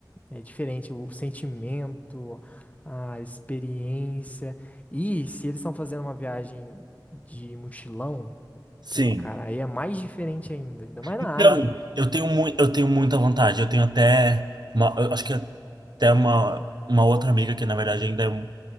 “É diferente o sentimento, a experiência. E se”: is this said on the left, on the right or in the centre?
Left